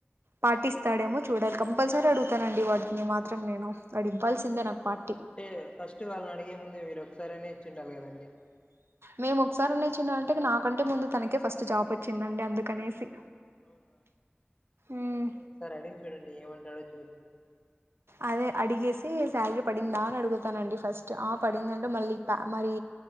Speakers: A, on the right; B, on the left.
A: పార్టీస్తాడేమో చూడాలి కంపల్సరీ అడుగుతానండి వాడిని మాత్రం నేను వాడు ఇవ్వాల్సిందే నాకు పార్టీ
B: అంటే ఫస్ట్ వాళ్ళని అడిగే ముందు మీరు ఒకసారినే ఇచ్చిండాలి కదండి
A: మేము ఒకసారిన చినంటే నాకంటే ముందు తనకే ఫస్ట్ జాబ్ వచ్చిందండి అందుకనేసి
B: అవునా
A: మ్మ్
B: సరే అండి ఒకసారి అడిగి చూడండి ఏమంటాడో చూడండి
A: అదే అడిగేసి శాలరీ పడిందా అని అడుగుతానండి ఫస్ట్ ఆ పడిందంటే మళ్ళీ ఆ మరి